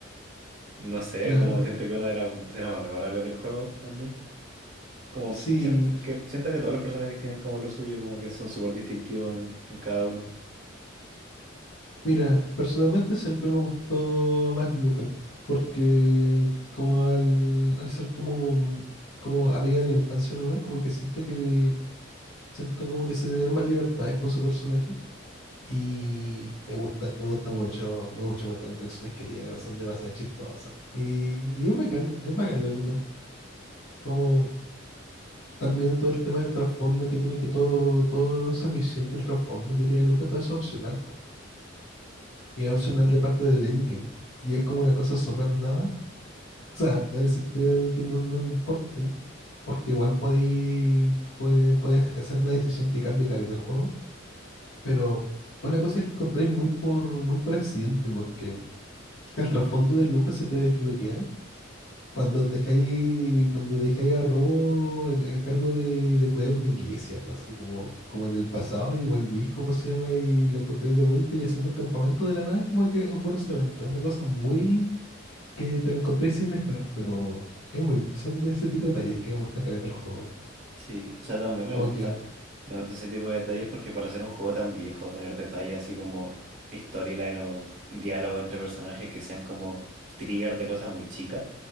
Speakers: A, on the right; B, on the left.
A: no sé,
B: Claro.
A: como siento que una de las escenas más memorables del juego también. Como
B: Sí,
A: siento que siento que todos los personajes tienen como lo suyo, como que son súper distintivos en, en cada uno.
B: Mira, personalmente siempre me gustó más Luca, porque como al, al ser como, como amiga de la infancia, ¿no? Como que siento que siento como que se dieron más libertades con su personaje y me gusta, me gusta mucho, me gusta mucho las interacciones que tiene, son demasiado chistosas. Y, y es bacán, es bacán la Luca. Como también todo el tema del trasfondo que tiene que todo, toda esa misión del trasfondo que tiene Luca, todo eso es opcional, po. y es opcional de parte del endgame. Y es como una cosa súper nada. O sea, no en el sentido de que no, no importe, porque igual podéis puede- podéis hacer una decisión que cambie caleta el juego. Pero una cosa que encontráis muy por, muy por accidente, porque el trasfondo de Lucas se te desbloquea cuando dejáis, cuando dejáis a Robo a, a cargo de, de cuidar una iglesia, pues así como, como en el pasado, y volvís, como se llama, y lo encontráis de vuelta y haciendo un campamento de la nada, como que ocurre ese evento. Es una cosa muy que te lo encontréis sin esperar, pero es muy, son de ese tipo de detalles que me gusta caleta el juego.
A: Sí, o sea, también me
B: Como
A: gusta,
B: que,
A: me gusta ese tipo de detalles porque para ser un juego tan viejo, tener detalles así como storyline o diálogo entre personajes que sean como trigger de cosas muy chicas,